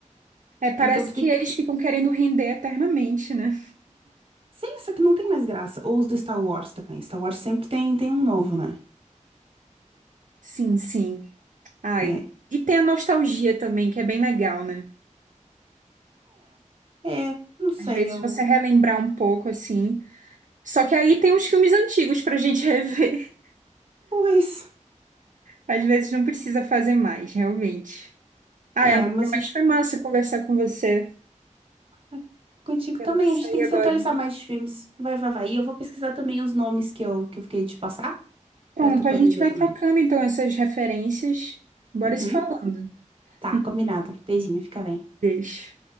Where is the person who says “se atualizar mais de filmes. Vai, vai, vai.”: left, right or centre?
Right